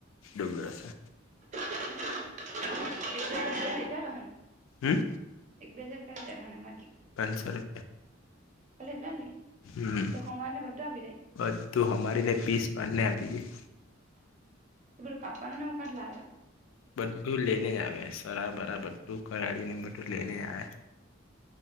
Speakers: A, on the left; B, on the right.
A: ડુબબરશે
B: <unintelligible>
A: હમ
B: એક બેજાર પે જ હોનેર
A: પાંચસો રૂપિયા
B: ખાલી એટલા જ લેય
A: હમ
B: તો હમાર ને બધા આપી જાય
A: બધું હમારીને પીસ પાને આપી ડે
B: એ પેલું કાપવાનુ ને એવુ કાથી લાવે ત
A: બધું લઈને આવે સરાબરા બધું કરાડી ને બધું લઈને જ આવે